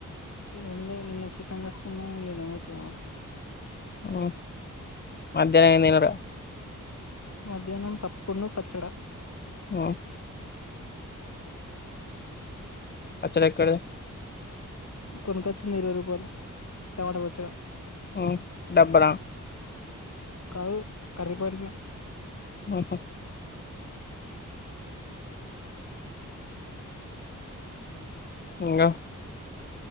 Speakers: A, on the left; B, on the left.
A: ఏమి లేదు నిన్న చికెన్ తెచ్చుకున్న ఇగ తినచ్చు మరి
B: ఓ మధ్యాహ్నం ఏమి తినరా
A: మధ్యాహ్నం పప్పు ను పచ్చడ
B: ఓ పచ్చడి ఎక్కడిది
A: కొనుకొచ్చినది ఇరవై రూపాయలు టమాటా పచ్చడ
B: ఉ డబ్బనా
A: కాదు కర్రీ పాయింట్ ది
B: ఓహో ఇంగా